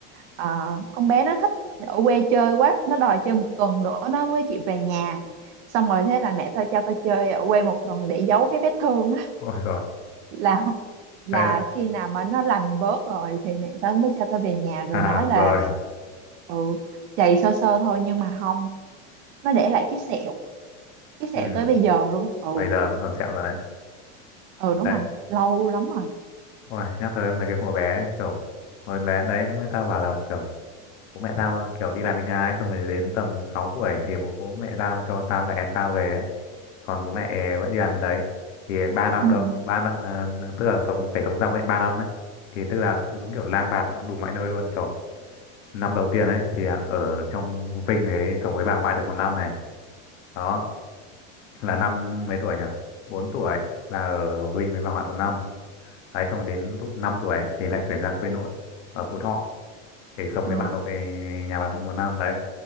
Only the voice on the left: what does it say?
<laughs> ôi rồi
thế
à,
rồi
ừ.
bây giờ vẫn còn sẹo rồi đấy
đấy
ôi nhắc tới mấy cái hồi bé kiểu hồi bé đấy mẹ tao bảo là kiểu bố mẹ tao kiểu đi làm bên Nga ấy, xong rồi đến tầm 6 tuổi thì bố, bố mẹ tao cho tao và em tao về ấy còn bố mẹ vẫn đi làm bên đấy thì ba năm
động ba năm ờ, tức là sống phải sống dòng ấy ba năm ấy thì tức là đúng kiểu lang bạt nó đủ mọi nơi luôn kiểu năm đầu tiên ấy thì à, ở trong Vinh ấy sống với bà ngoại được một năm này đó là năm mấy tuổi nhỉ bốn tuổi là ở Vinh với bà ngoại một năm đấy xong đến lúc 5 tuổi ấy, thì lại chuyển ra quê nội ở Phú Thọ để sống với
bà nội nhà bà nội một năm đấy